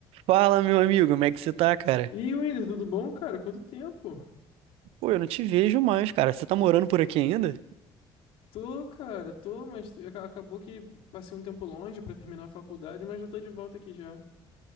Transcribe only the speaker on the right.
Fala, meu amigo, como é que você tá, cara?
Pô, eu não te vejo mais, cara. Você tá morando por aqui ainda?